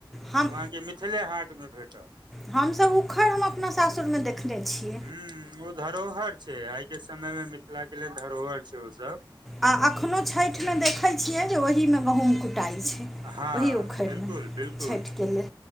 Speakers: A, in the centre; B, on the right.
A: हम
B: ओ अहाँके मिथिले हाटमे भेटत।
A: हमसब उखड़ हम अपना सासुर मे देखने छियै।
B: ह ओ धरोहर छै आइ के समय मे मिथिला के लेल धरोहर छै ओ सब।
A: आ एखनो छठिमे देखै छियै जे ओहिमे गहुँम कुटाइ छै।
B: हँ
A: ओही उखड़िमे
B: बिलकुल बिलकुल
A: छठिके लेल